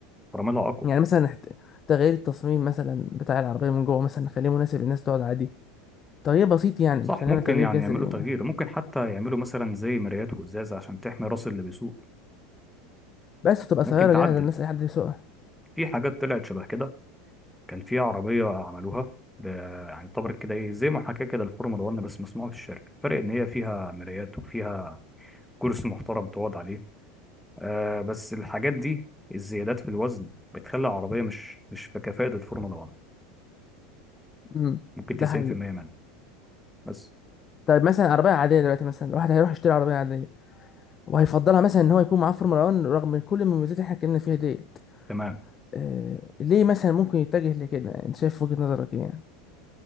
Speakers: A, in the centre; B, on the left (about 35°).
A: فراملها أقوى
B: يعني مثلا حت- تغيير التصميم مثلا بتاع العربيه من جوه مثلا نخليه مناسب للناس تقعد عادي تغيير بسيط يعني
A: صح
B: مش هنعمل
A: ممكن
B: تغيير
A: يعني
B: جذري
A: يعملوا
B: يعني
A: تغيير ممكن حتى يعملوا مثلا زي مرايات وإزاز عشان تحمي راس اللي بيسوق
B: بس تبقى
A: ممكن
B: سياره
A: تعدل
B: جاهزه الناس اي حد يسوقها
A: في حاجات طلعت شبه كده كان في عربية عملوها ب... يعني طبعا كده ايه زي ما حكى كده الفورمولا 1 بس مصنوعة في الشركة الفرق ان هي فيها مرايات وفيها كرسي محترم تقعد عليه آه بس الحاجات دي الزيادات في الوزن بتخلي العربية مش مش في كفاءة الفورمولا 1
B: امم
A: ممكن
B: ده
A: 90%
B: حقيقي
A: منها بس
B: طيب مثلا عربيه عاديه دلوقتي مثلا الواحد هيروح يشتري عربيه عاديه وهيفضلها مثلا ان هو يكون معاه فورمولا 1 رغم كل المميزات اللي احنا اتكلمنا فيها ديت
A: تمام
B: آه ليه مثلا ممكن يتجه لكده انت شايف وجهه نظرك ايه يعني؟